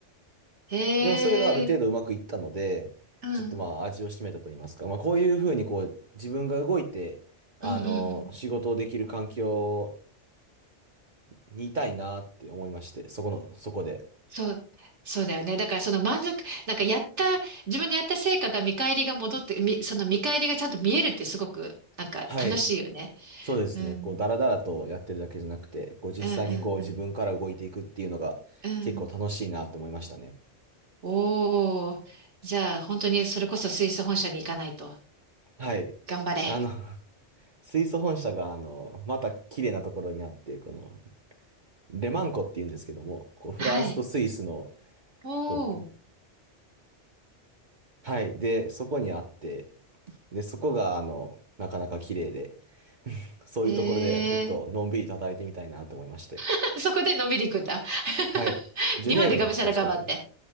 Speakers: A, on the right (about 75°); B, on the right (about 45°).
A: へえ。
B: でもそれがある程度うまくいったので、
A: うん。
B: ちょっとまあ味を占めたと言いますか、まあこういうふうにこう自分が動いて、あの、
A: うんうんうん。
B: 仕事をできる環境にいたいなって思いまして、そこの、そこで。
A: そう。そうだよね。だからその満足、なんかやった、自分でやった成果が見返りが戻って、み、その見返りがちゃんと見えるってすごく、なんか楽しいよね。
B: はい。そうですね。
A: うん。
B: こう、だらだらとやってるだけじゃなくて、こう、実際にこう、
A: うんうんうん
B: 自分から動いていくっていうのが結構楽しいなって思いましたね。
A: うん。おー。じゃあ、本当にそれこそスイス本社に行かないと。
B: はい。
A: 頑張れ。
B: あの、<laughs> 水素本社が、あの、また綺麗なところにあって、この、レマン湖っていうんですけども、こうフランスとスイスの、
A: はい。おー。
B: こう、はい、で、そこにあって、で、そこが、あの、なかなか綺麗で、<laughs> そういうところで、
A: へ
B: ちょっとのんびりと働いてみたいなと思いまして。
A: え。<laughs> そこでのんびり行くんだ。<laughs>
B: はい。ジュネーブのちょっと近くの。
A: 日本でがむしゃら頑張って。